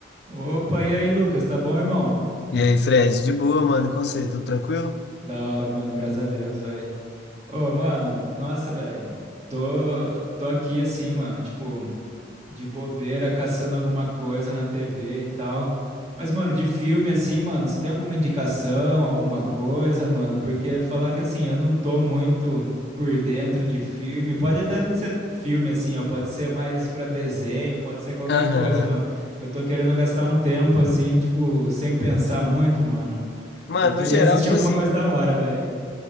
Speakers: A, on the right (about 35°); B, on the left (about 60°).
A: Opa, e aí, Lucas? Tá bom, irmão?
B: E aí, Fred, de boa, mano, com você, tudo tranquilo?
A: Da hora, mano, graças a Deus, velho. Ô, mano, nossa, velho. Tô, tô aqui assim, mano, tipo, de bobeira, caçando alguma coisa na TV e tal. Mas, mano, de filme assim, mano, você tem alguma indicação, alguma coisa, mano? Porque falar que assim, eu não tô muito por dentro de filme. Pode até não ser filme assim, ó, pode ser mais pra desenho, pode ser qualquer
B: Aham.
A: coisa, mano. Eu tô querendo gastar um tempo assim, tipo, sem pensar muito, mano.
B: Mano,
A: E queria
B: no geral,
A: assistir
B: tipo
A: alguma
B: assim,
A: coisa da hora, velho.